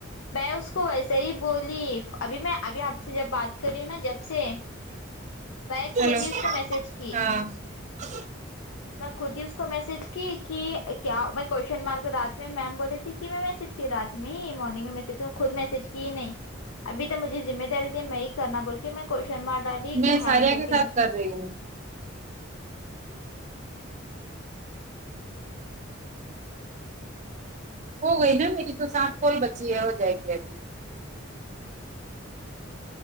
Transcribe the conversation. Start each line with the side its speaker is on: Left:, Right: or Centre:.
Left: میں اس کو ویسے ہی بولی ابھی میں ابھی آپ سے جب بات کری ہوں نا جب سے میں خود
Right: ہیلو
Left: ہی اس کو میسج کی
Right: ہاں <inaudible>
Left: میں خود ہی اس کو میسج کی کہ کیا میں کوشن مارک رات میں میم بولے تھی کہ میں میسج کی رات میں مارننگ میں میسجوں خود میسج کی نہیں ابھی تو مجھے ذمہ داری دی ہے میں ہی کرنا بول کے میں کوشن مارک ڈالی
Right: میں
Left: کہ ہا
Right: ساریہ
Left: یے کر کے
Right: <unintelligible> ہو گئی نا میری تو سات کال بچی ہے ہو جائے گی ابھی